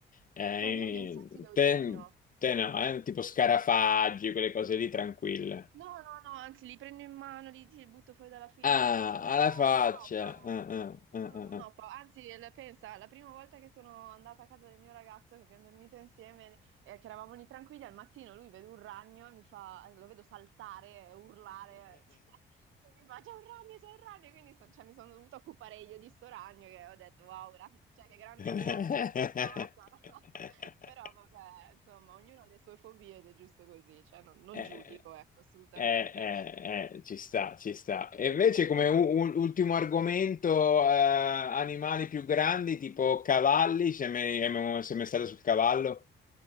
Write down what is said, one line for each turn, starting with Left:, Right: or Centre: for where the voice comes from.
Left: Eh,
Right: No, io gli insetti devo
Left: te,
Right: dire di no.
Left: te no, eh, tipo scarafaggi, quelle cose lì tranquille.
Right: No, no, no, anzi, li prendo in mano, li, li butto fuori dalla finestra,
Left: Ah,
Right: non ho,
Left: alla faccia.
Right: non ho paura.
Left: Ah, ah,
Right: No,
Left: ah, ah,
Right: non
Left: ah.
Right: ho paura. Anzi, la- pensa, la prima volta che sono andata a casa del mio ragazzo, che abbiamo dormito insieme, eh, che eravamo lì tranquilli, al mattino lui vede un ragno e mi fa, eh, lo vedo saltare, urlare, <laughs> e mi fa c'è un ragno, c'è un ragno, quindi so- cioè, mi sono dovuta occupare io di sto ragno che ho detto wow, gra- cioè, che grande
Left: <laughs>
Right: uomo che mi sono trovata, no? <laughs> Però vabbè, insomma, ognuno ha le sue fobie ed è giusto così, cioè non, non
Left: Eh,
Right: giudico, ecco, assolutamente.
Left: Eh, eh, eh, ci sta, ci sta. E
Right: <laughs>
Left: invece come u- u- ultimo argomento, eh, animali più grandi, tipo cavalli, se mai se mai stato sul cavallo?